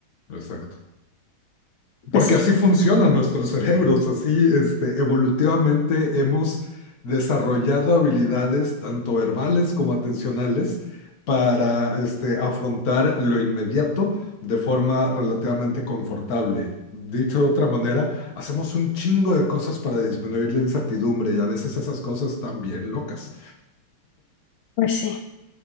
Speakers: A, on the left; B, on the left.
A: exacto.
B: Pues
A: Porque
B: sí,
A: así funcionan nuestros cerebros, así este, evolutivamente hemos desarrollado habilidades tanto verbales como atencionales para este, afrontar lo inmediato de forma relativamente confortable. Dicho de otra manera, hacemos un chingo de cosas para disminuir la incertidumbre y a veces esas cosas están bien locas.
B: pues sí.